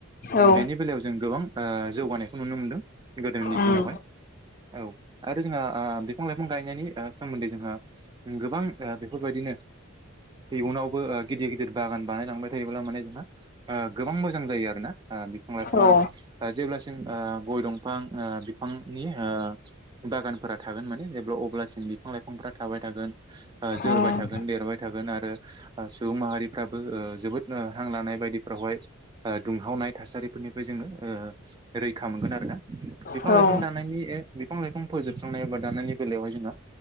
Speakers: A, on the right; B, on the left.
A: ओ
B: औ
A: बेनि बेलायाव जों गोबां ओ जौगानायखौ नुनो मोनदों गोदोनि
B: उम
A: दिनावहाय औ आरो जोंहा ओ बिफां लाइफां गायनायनि ओ सोमोनदोयै जोंहा गोबां ओ बेफोरबायदि इयुनावबो ओ गिदिर गिदिर बागान बानायलांबाय थायोब्ला माने जोंहा ओ गोबां मोजां जायो आरोना ओ बिफां लाइफाङा
B: औ
A: ओ जेब्लासिम ओ गय दंफां ओ बिफांनि ओ बागानफोरा थागोन माने जेब्ला अब्लासिम बिफां बिफां लाइफांफ्रा थाबाय थागोन ओ जोरबाय
B: उम
A: थागोन देरबाय थागोन आरो ओ‌ सुबुं माहारिफ्रा ओ ओ जोबोद ओ हां लानाय बायदिफ्रावहाय ओ दुंहावनाय थासारिफोरनिफ्राय जोङो ओ रैखा मोनगोन आरोना बिफां
B: औ उम
A: लाइफां दानायनि ए बिफां लाइफां फोजोबस्रांनाय एबा दानायनि बेलायावहाय जोंहा